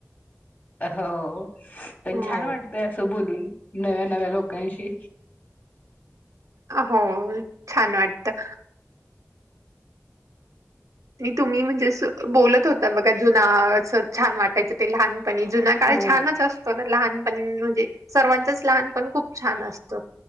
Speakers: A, on the left (about 35°); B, on the right (about 80°).
A: हो पण
B: हो
A: छान वाटतय असं बोलून. नव्या नव्या लोकांशी.
B: हो छान वाटत. मी तुम्ही म्हणजे असं बोलत होता बघा जुना असं छान वाटायचं ते लहान पणी जुना
A: हो
B: काळ छानच असतो ना लहानपण म्हणजे सर्वांचच लहानपण खूप छान असत.